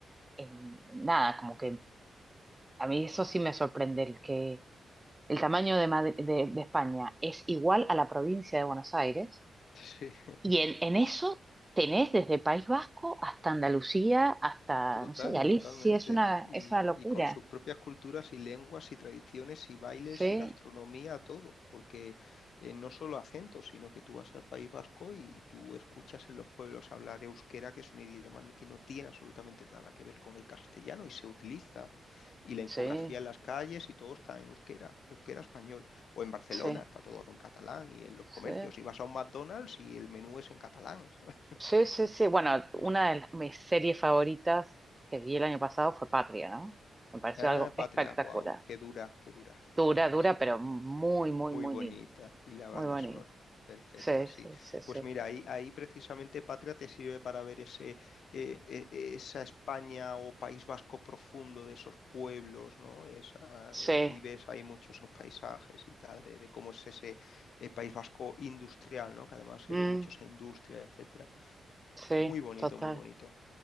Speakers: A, on the right (about 20°); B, on the left (about 75°).
A: en nada, como que a mí eso sí me sorprende, el que el tamaño de, Madri- de, de España es igual a la provincia de Buenos Aires
B: Sí,
A: y en, en
B: y
A: eso
B: es
A: tenés desde País Vasco hasta Andalucía, hasta,
B: Total,
A: no sé, Galicia,
B: totalmente.
A: es una,
B: Y,
A: es una locura.
B: y con sus propias culturas y lenguas y tradiciones y bailes
A: Sí,
B: y gastronomía, todo. Porque eh, no solo acentos, sino que tú vas al País Vasco y tú escuchas en los pueblos hablar euskera, que es un idioma no- que no tiene absolutamente nada que ver con el castellano y se utiliza. Y la infografía
A: sí,
B: en las calles y todo está en euskera, euskera español. O en Barcelona
A: sí.
B: está todo en catalán y en los
A: Sí,
B: comercios. Y vas a un McDonald's y el menú es en catalán, <laughs>
A: sí, sí, sí. Bueno,
B: ¿sabes?
A: una de las- mis series favoritas que vi el año pasado fue Patria, ¿no? Me pareció
B: Ah,
A: algo
B: Patria,
A: espectacular.
B: wow, qué dura, qué dura. <laughs>
A: Dura, dura,
B: Sí,
A: pero muy, muy,
B: muy
A: muy
B: bonita.
A: linda.
B: Y la banda
A: Muy bonita.
B: sonora, perfecta,
A: Sí,
B: sí.
A: sí, sí, sí.
B: Pues mira, ahí, ahí precisamente Patria te sirve para ver ese, eh, e- e- esa España o País Vasco profundo de esos pueblos, ¿no? Esa, eh,
A: Sí,
B: y ves ahí muchos esos paisajes y tal, de, de cómo es ese eh, País Vasco industrial, ¿no? Que además se
A: Mm,
B: ve mucho esa industria, etcétera.
A: sí,
B: Muy bonito,
A: total.
B: muy bonito.